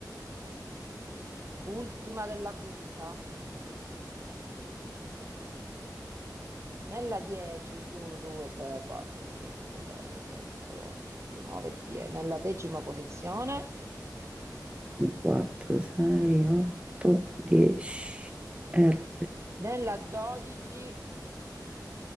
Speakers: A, on the right (about 40°); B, on the right (about 15°).
A: ultima della quinta. Nella 10, 1, 2, 3, 4, 5, 6, 7, 8, 9, 10. Nella decima posizione.
B: 4, 6, 8, 10, R.
A: Nella 12,